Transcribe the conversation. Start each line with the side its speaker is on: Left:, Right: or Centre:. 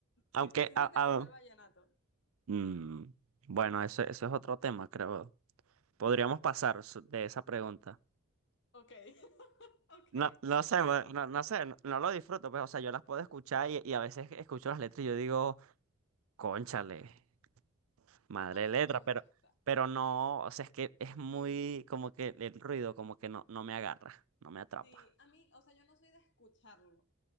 Right: Aunque,
Left: sí, no sé
Right: a-
Left: si te
Right: a-
Left: gusta el vallenato.
Right: mm, bueno, eso, eso es otro tema, creo. Podríamos pasar s- de esa pregunta.
Left: Ok. <laughs> Ok.
Right: No, no sé, bueno, no, no sé, no, no lo disfruto, pues, o sea, yo las puedo escuchar y, y a veces escucho las letras y yo digo, cónchale, madre
Left: A mí
Right: de letra,
Left: no me gusta.
Right: pero, pero no, o sea, es que es muy como que el ruido como que no, no me agarra, no me atrapa.
Left: Sí, a mí, o sea, yo no soy de escucharlo,